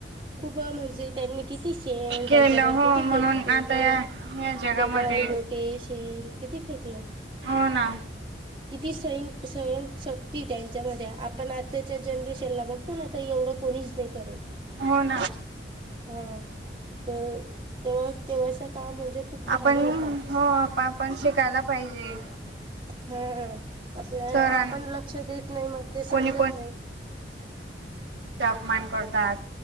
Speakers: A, on the right; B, on the right.
A: खूप म्हणजे त्यांनी किती शेण
B: केलं
A: त्यांच्यावर
B: हो
A: किती फेकतो
B: म्हणून आता
A: ह.
B: या या जगामध्ये
A: दगड गोटे शेण किती फेकलं?
B: हो ना.
A: किती सइन सयन शक्ती त्यांच्यामध्ये आपण आत्ताच्या जनरेशनला बघतो ना आता एवढं कोणी नाई करेल.
B: हो ना.
A: हा तर तेव्हा तेव्हाचा काळ म्हणजे खूप भारी
B: आपण
A: होता.
B: हो आपण शिकायला पाहिजे
A: हा. आपल्या
B: सरां
A: आपण लक्ष देत नाही मग ते समजत
B: कोणी
A: नाही.
B: मान करतात.